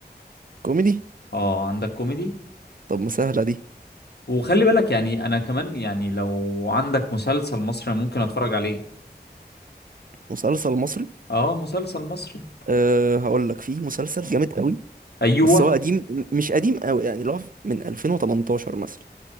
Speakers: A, on the right; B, on the left.
A: كوميدي
B: اه عندك كوميدي
A: طب ما سهله دي
B: وخلي بالك يعني أنا كمان يعني لو عندك مسلسل مصري أنا ممكن أتفرج عليه
A: مسلسل مصري
B: اه مسلسل مصري
A: أه هقول لك في مسلسل جامد قوي
B: ايوه
A: بس هو قديم م- مش قديم قوي يعني اللي هو من 2018 مثلا